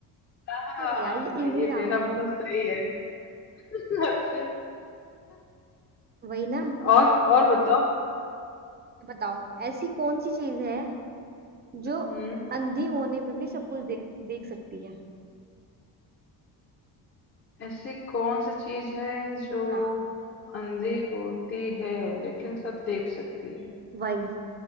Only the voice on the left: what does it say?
हाँ
ये
मेरा मतलब सही है <laughs> अच्छा
और और बताओ
हम्म
ऐसी कौन सी चीज है जो
अंधी होती है लेकिन सब देख सकती है